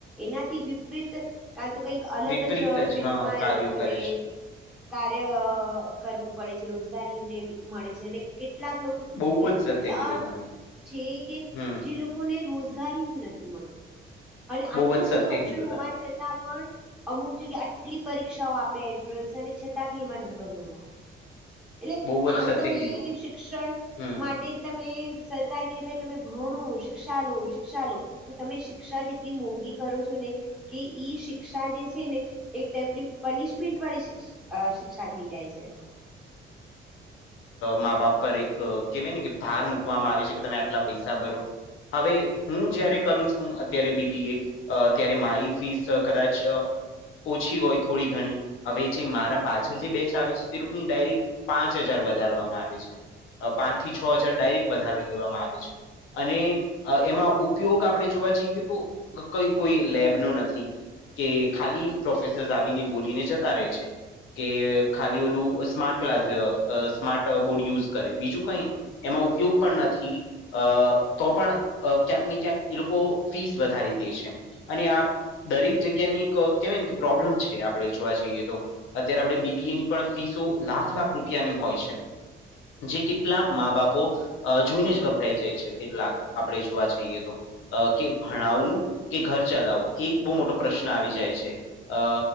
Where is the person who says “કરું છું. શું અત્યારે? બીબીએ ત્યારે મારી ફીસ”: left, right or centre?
Left